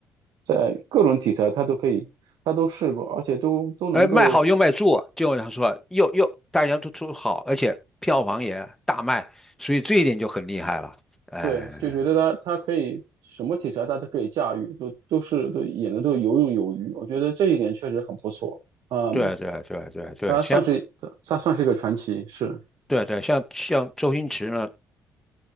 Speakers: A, on the right; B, in the centre.
A: 在各种题材他都可以，他都试过，而且都都能够，
B: 呃，卖好又卖座，就像说又又大家都都好，而且票房也大卖，所以这一点就很厉害了。哎，
A: 对，就觉得他他可以什么题材他都可以驾驭，都都是都演的都游刃有余，我觉得这一点确实很不错。嗯。
B: 对对对对对，
A: 呃，
B: 像
A: 算是算算是一个传奇，是
B: 对对像像周星驰呢，